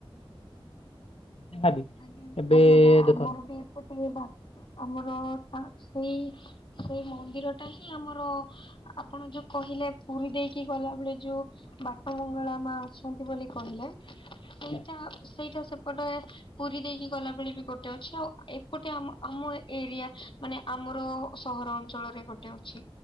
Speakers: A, on the left; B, on the left.
A: ଯାହାବି
B: ଆଜ୍ଞା
A: ଏବେ
B: ଆଜ୍ଞା
A: ଦେଖନ୍ତୁ
B: ଆମର ବି ଏପଟେ ବା ଆମର ସେଇ ସେଇ ମନ୍ଦିର ଟା ହିଁ ଆମର ଆପଣ ଯୋଉ କହିଲେ ପୁରୀ ଦେଇକି ଗଲାବେଳେ ଯୋଉ ବାଟ ମଙ୍ଗଳା ମା ଅଛନ୍ତି ବୋଲି କହିଲେ
A: ଆଜ୍ଞା।
B: ତା ସେଇଟା ସେପଟେ ପୁରୀ ଦେଇକି ଗଲାବେଳେ ବି ଗୋଟେ ଅଛି ଆଉ ଏପଟେ ଆମ ଆମ ଏରିଆ ମାନେ ଆମର ସହର ଅଞ୍ଚଳରେ ଗୋଟେ ଅଛି